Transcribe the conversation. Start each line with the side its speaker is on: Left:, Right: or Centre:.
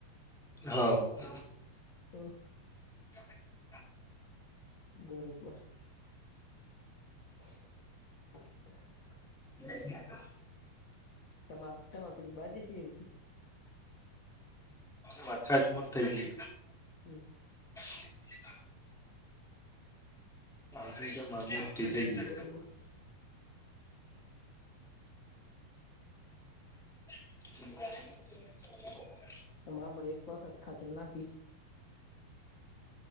Centre: હવ
Left: હ
Centre: <inaudible>
Left: બરોબર <inaudible>
Centre: <inaudible>
Left: તમા તમે પેલી બાજી છે <inaudible>
Centre: વાત ખાચ મોટ થઈ ગય
Left: હમમ
Centre: <inaudible> <inaudible> માં મુક્તિ
Left: હમ
Centre: થઈ ગઈ.
Left: બરોબર
Centre: <inaudible>
Left: તમામ એક વખત ખાતર નાખી